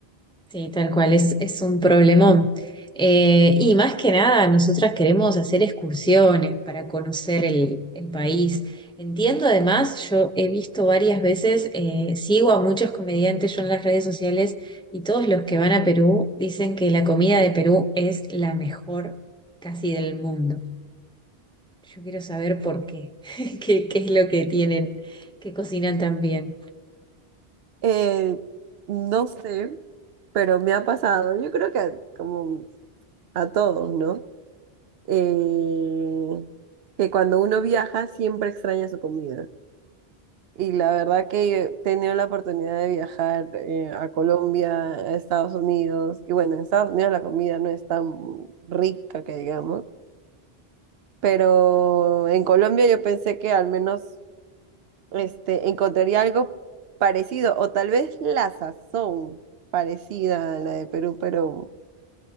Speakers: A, in the centre; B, on the right (about 70°).
A: Sí, tal cual, es, es un problemón. Eh, y más que nada, nosotras queremos hacer excursiones para conocer el, el país. Entiendo además, yo he visto varias veces, eh, sigo a muchos comediantes yo en las redes sociales y todos los que van a Perú dicen que la comida de Perú es la mejor casi del mundo. Yo quiero saber por qué, <laughs> qué, qué es lo que tienen, que cocinan tan bien.
B: Eh, no sé, pero me ha pasado. Yo creo que como a todos, ¿no? eh, que cuando uno viaja siempre extraña su comida. Y la verdad que he tenido la oportunidad de viajar eh, a Colombia, a Estados Unidos, y bueno, en Estados Unidos la comida no es tan rica que digamos, pero en Colombia yo pensé que al menos este, encontraría algo parecido, o tal vez la sazón parecida a la de Perú, pero,